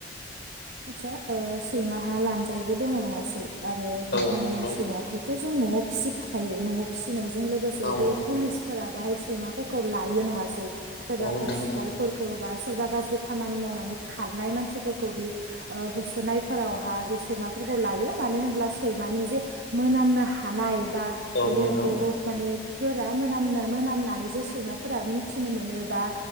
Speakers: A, on the right (about 80°); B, on the left (about 70°).
A: आतसा ओ सैमाहा लानजायबो दङ नङासै? आरो
B: हागोन।
A: मा होनो सैमाखौ। थ जों न'आव फिसिखायो न'आव फिसि। फिनायजों लोगोसे
B: औ
A: बे
B: नंगौ
A: पुलिसफोरा बाहाय। सैमाफोरखौ लायो नंङासै। सोरबाफोर
B: औ नंगौ
A: सिखावफोरखौ बा। सोरबा गाज्रि खामानि मावनानै खार। नाय मानसिफोरखौ बि। ओ होसोनाय। फोराव हा बे सो। सैमाफोरखौ लायो मानो होनब्ला। सैमानो जे मोनामनो हानाय। बा
B: औ
A: बियो
B: नंगौ
A: बहुत माने। गोरा मोनामनो मोनामनानै जे सैमाफोरा मिथिनो मोनोबा